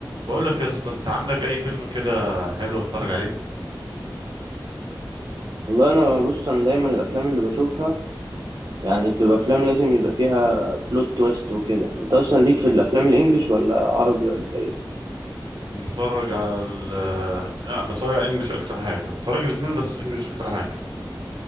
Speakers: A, on the right; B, on the right.
A: بقول لك يا اسطى انت عندك اي فيلم كده حلو اتفرج عليه
B: والله انا بص انا دايما الافلام اللي بشوفها يعني بتبقى افلام لازم يبقى فيها بلوت تويست وكده انت اصلا ليك في الافلام الانجليش ولا عربي ولا ايه
A: أنا بتفرج على ال آه، بتفرج على انجلش اكتر حاجه بتفرج الاثنين بس انجلش اكتر حاجه